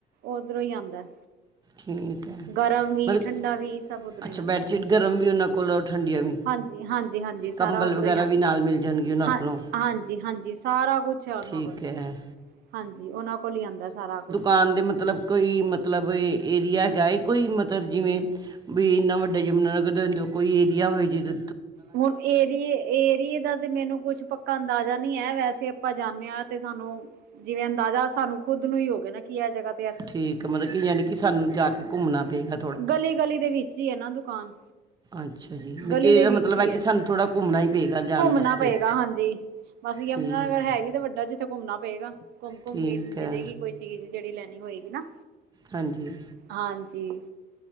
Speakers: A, on the right (about 70°); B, on the right (about 25°).
A: ਓਦਰੋ ਈ ਆਂਦੈ।
B: ਠੀਕ ਹੈ
A: ਗਰਮ ਵੀ,
B: ਮਤਲਬ
A: ਠੰਡਾ
B: ਕਿ-
A: ਵੀ ਸਬ ਓਦਰੋ
B: ਅੱਛਾ
A: ਈ ਆਂਦੈ।
B: ਬੈੱਡ ਸ਼ੀਟ ਗਰਮ ਵੀ ਓਨਾਂ ਕੋਲੋ ਠੰਡੀਆਂ ਵੀ
A: ਹਾਂਜੀ, ਹਾਂਜੀ-ਹਾਂਜੀ ਸਾਰਾ
B: ਕੰਬਲ
A: ਓਦਰੋ
B: ਵਗੈਰਾ
A: ਈ ਆਂਦੈ।
B: ਵੀ ਨਾਲ ਮਿਲ ਜਾਣਗੇ ਉਹਨਾਂ
A: ਹਾਂ,
B: ਕੋਲੋਂ
A: ਹਾਂਜੀ-ਹਾਂਜੀ ਸਾਰਾ ਕੋਛ ਐ ਓਨਾਂ
B: ਠੀਕ
A: ਕੋਲ
B: ਹੈ
A: ਹਾਂਜੀ, ਓਨਾਂ ਕੋਲ ਈ ਆਂਦੈ ਸਾਰਾ ਕੋਛ।
B: ਆੰਦੇ ਮਤਲਬ ਕੋਈ ਮਤਲਬ ਏਰੀਆ ਏਗਾ ਏ ਕੋਈ ਮਤਲਬ ਜਿਵੇਂ ਬਈ ਇੰਨਾ ਵੱਡਾ ਯਮੁਨਾਨਗਰ ਦਸ ਦਿਓ ਕੋਈ ਏਰੀਆ ਹੋਵੇ ਜਿਦ
A: ਹੁਨ ਏਰੀਏ, ਏਰੀਏ ਦਾ ਤੇ ਮੈਨੂੰ ਕੁੱਛ ਪੱਕਾ ਅੰਦਾਜਾ ਨੀ ਐ ਵੈਸੇ ਅਪਾ ਜਾਨੇ ਆ ਤੇ ਸਾਨੂ ਜਿਵੇ ਅੰਦਾਜ਼ਾ ਸਾਨੂੰ ਖੁਦ ਨੂੰ ਈ ਓਗਯਾ ਨਾ ਕੀ ਐ ਜਗਾ
B: ਠੀਕ ਐ ਮਤਲਬ ਕਿ ਯਾਨੀ ਕਿ ਸਾਨੂੰ ਜਾ ਕੇ ਘੁੰਮਨਾ ਪੇਗਾ
A: ਗਲੀ-ਗਲੀ ਦੇ ਵਿੱਚ ਈ ਏ ਨਾ ਦੁਕਾਨ।
B: ਅੱਛਾ ਜੀ ਮਤਲਬ
A: ਗਲੀ
B: ਕਿ
A: ਦੇ
B: ਇਹਦਾ
A: ਵਿੱਚ
B: ਮਤਲਬ
A: ਈ
B: ਹੈ ਕਿ
A: ਏ,
B: ਸਾਨੂੰ ਥੋੜਾ ਘੁੰਮਣਾ ਹੀ ਪਏਗਾ ਜਾਣ
A: ਘੁੰਮਨਾ
B: ਵਾਸਤੇ
A: ਪਏਗਾ ਹਾਂਜੀ। ਬਾਸ ਯਮਨਾ
B: ਠੀਕ
A: ਨਗਰ
B: ਹੈ,
A: ਹੈਗੀ ਤੇ ਵੱਡਾ ਜਿ ਤੇ ਘੁੰਮਨਾ ਪਏਗਾ, ਘੋਮ-ਘੋਮ
B: ਠੀਕ
A: ਕੇ
B: ਹੈ
A: ਮਿਲੇਗੀ ਕੋਈ ਚੀਜ ਜੇੜੀ ਲੈਨੀ ਹੋਏਗੀ ਨਾ।
B: ਹਾਂਜੀ।
A: ਹਾਂਜੀ।